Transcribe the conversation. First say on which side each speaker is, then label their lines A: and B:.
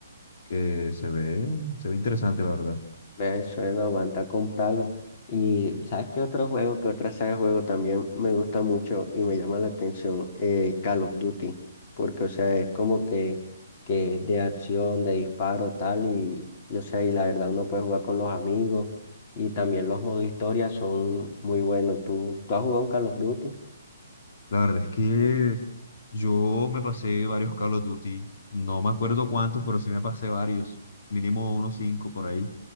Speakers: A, on the left; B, on the left.
A: que se ve, se ve interesante, la verdad.
B: ve, eso no aguanta comprarlo. Y, ¿sabes qué otro juego, qué otra saga de juego también me gusta mucho y me llama la atención? Eh, Call of Duty, porque, o sea, es como que, que es de acción, de disparo, tal, y, y, o sea, y la verdad uno puede jugar con los amigos, y también los modos historia son muy buenos. ¿Tú, tú has jugado un Call of Duty?
A: La verdad es que yo me pasé varios Call of Duty, no me acuerdo cuántos, pero sí me pasé varios, mínimo unos cinco por ahí.